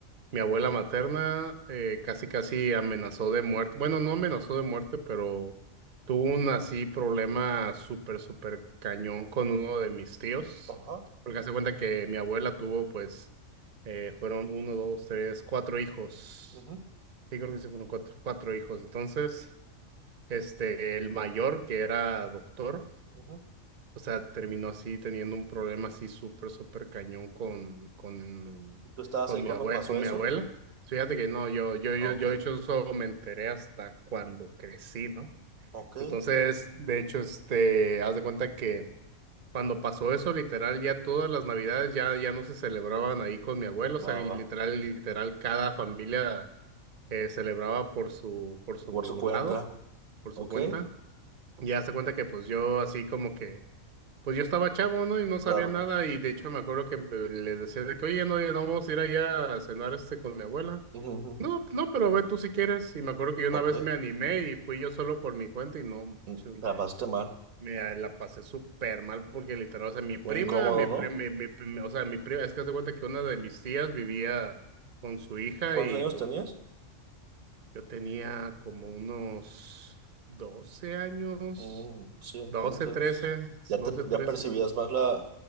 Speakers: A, on the right; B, on the right.
A: mi abuela materna, eh, casi casi amenazó de muerte. Bueno, no amenazó de muerte, pero tuvo un así problema súper, súper cañón con uno de mis tíos.
B: Ajá.
A: Porque hace cuenta que mi abuela tuvo, pues, eh, fueron uno, dos, tres, cuatro hijos.
B: ujú,
A: Sí, creo que se fueron cuatro, cuatro hijos. Entonces, este, el mayor, que era doctor,
B: ujú.
A: o sea, terminó así teniendo un problema así súper, súper cañón con, con,
B: Ok. ¿Tú estabas
A: con
B: ahí cuando
A: mi abuela,
B: pasó
A: con
B: eso?
A: mi abuela. Fíjate que no, yo, yo,
B: Ah,
A: yo,
B: Ok.
A: yo de hecho eso me enteré hasta cuando crecí, ¿no?
B: Ok,
A: Entonces, de hecho, este, haz de cuenta que cuando pasó eso, literal, ya todas las navidades ya, ya no se celebraban ahí con mi abuelo, o sea,
B: va,
A: y
B: va,
A: literal, literal, cada familia eh, celebraba por su, por su
B: por su cuenta.
A: lado, por
B: Ok,
A: su cuenta. Y hace cuenta que pues yo así como que, pues yo estaba chavo, ¿no? Y no
B: claro.
A: sabía nada. Y de hecho me acuerdo que me- les decía de que, oye, no, ya no vamos a ir allá a cenar este con mi abuela.
B: Ujú, ujú.
A: No, no, pero ve tú si quieres. Y me acuerdo que yo
B: Ok,
A: una vez me animé y fui yo solo por mi cuenta y no manches,
B: mm, grabaste
A: me,
B: mal.
A: me la pasé súper mal porque literal, o sea, mi prima,
B: Muy incómodo,
A: mi, pri-
B: ¿no?
A: mi, mi pri- o sea, mi prima, es que haz de cuenta que una de mis tías vivía con su hija
B: ¿Cuántos
A: y
B: años
A: pues
B: tenías?
A: yo tenía como unos 12 años,
B: Mm, sí, entonces
A: 12 trece
B: ya
A: 12
B: te
A: trece
B: ya percibías más la